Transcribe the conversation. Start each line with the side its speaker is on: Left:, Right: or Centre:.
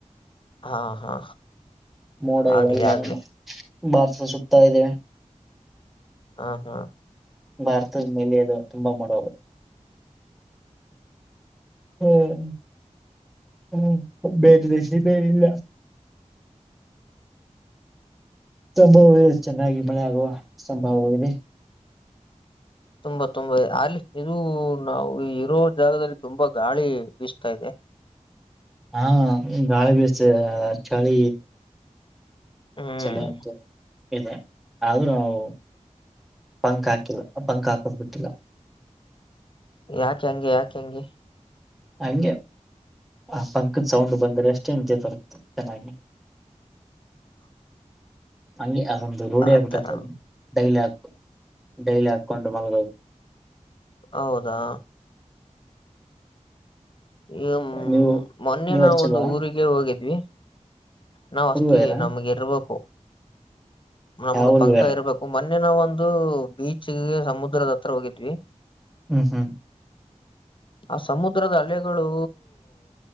Left: ಹಾ ಹಾ
Centre: ಮೋಡಗಳಲ್ಲ
Left: ಆಗ್ಲಿ ಆಗ್ಲಿ
Centre: ನಮ್ಮ ಬಾರ್ಸ ಸುತ್ತತಾ ಇದದೆ
Left: ಹಾ ಹಾ
Centre: ಭಾರತದ ಮೇಲೆ ಅದು ತುಂಬಾ ಮಾಡಡೋದು ಹ್ಮ್ ಹ್ಮ ಬೇರೆದೇಶಿ ಬೇರಿಲ್ಲ ಸಂಭವವದೆ ಚೆನ್ನಾಗಿ ಮಳೆ ಆಗುವ ಸಂಭವ ಇದೆ
Left: ತುಂಬಾ ತುಂಬಾ ಇದೆ ಅಲ್ಲಿ ಇದು ನಾವು ಇರೋ ಜಾಗದಲ್ಲಿ ತುಂಬಾ ಗಾಳಿ ಬೀಸ್ತಾ ಇದೆ
Centre: ಹಾ ಗಳ ಭ ಚಳಿ
Left: ಹ್ಮ್
Centre: ಚಳ ಅಂತ ಇದೆ ಆದ್ರೂ ನಾವು ಪಂಗಾ ಪಂಗಾಕ ಬಿಟ್ಟಿಲ್ಲ
Left: ಯಾ ಕೆಗೆ ಯಾ ಕಗೆ
Centre: ಹಂಗೆ ಆ ಪಂಕ್ದ ಸೌಂಡ್ ಬಂದ್ರೆ ಅಷ್ಟೇ ನಿದೆ ಬರುತ್ತೆ ಚೆನ್ನಾಗಿ ಹಂಗೆ ಅದೊಂದು ರೂಢಿಯ
Left: ಆತರ
Centre: ಆಗ್ಬಿಟ್ಟತ್ತದ ಡೈಲಿ ಹಾಕ ಡೈಲಿ ಅಕ್ಕೌಂಟು ಮ
Left: ಹೌದಾ ಈ್ಮ
Centre: ನೀವು
Left: ಮೊನ್ನೆ
Centre: ನೀವ್
Left: ನಾವವು
Centre: ಹಚ್ಚಿಲ್ವಾ
Left: ಒಂದು ಊರಿಗೆ ಹೋಗಿದ್ವಿ ನಾವ್ ಅಸ್ತೀವಿ
Centre: ಊರ್ಗೇರಾ
Left: ನಮಗೆ ಇರ್ಬೇಕು ನಮಗ್
Centre: ಯಾವ ಊರ್ಗೇರಾ
Left: ಪಂಕ ಇರ್ಬೇಕು ಮ ಮನ್ನೆ ನಾವ ಒಂದು ಬೀಚ್ಗೆ ಸಮುದ್ರದ ಹತ್ರ ಹೋಗಿದ್ವಿ
Centre: ಹ್ಮ್ ಹ್ಮ್
Left: ಆ ಸಮುದ್ರದ ಅಲೆಗಳು